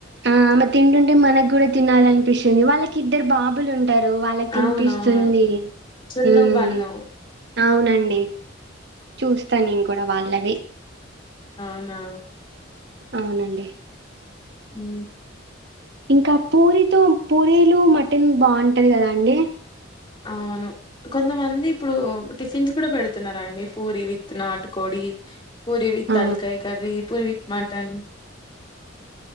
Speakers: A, on the right (about 60°); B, on the left (about 25°).
A: ఆ అమె తింటుంటే మన కూడా తినాల అనిపిస్తుంది వాళ్ళకి ఇద్దరు బాబులు ఉంటారు <unintelligible> వాళ్ళకి తినిపిస్తుంది
B: అవునవును చున్ను
A: మ్
B: బన్ను
A: అవునండి చూస్తాను నేను కూడా వాళ్ళ అలవే
B: అవునా
A: అవునండి
B: మ్
A: ఇంకా పూరీతో పూరీలు మటన్ బాగుంటుంది కదా అండి
B: అవును కొంతమంది ఇప్పుడు టిఫిన్స్ కూడా పెడుతున్నారండి పూరి విత్ నాటుకోడి పూరి విత్
A: ఆ!
B: తాలకాయి కర్రీ పూరి విత్ మటన్